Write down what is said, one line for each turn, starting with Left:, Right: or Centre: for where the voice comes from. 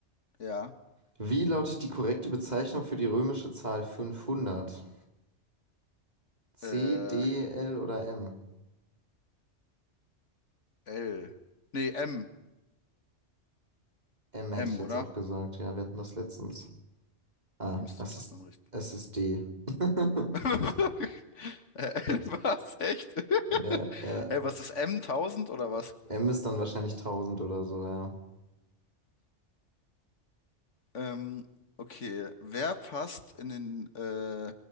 Left: Ja.
Right: Wie lautet die korrekte Bezeichnung für die römische Zahl 500? C,
Left: Äh,
Right: D, L oder M?
Left: L. Nee, M.
Right: M hätte
Left: M,
Right: ich jetzt
Left: oder?
Right: auch gesagt. Ja, wir hatten das letztens. Ah,
Left: Müsste
Right: es
Left: doch
Right: ist,
Left: dann richtig.
Right: es ist D. <laughs>
Left: <laughs> Äh, L, was? Echt? <laughs>
Right: Ja, äh,
Left: Hey, was ist M? tausend oder was?
Right: M ist dann wahrscheinlich tausend oder so, ja.
Left: Ähm, okay, wer passt in den, äh,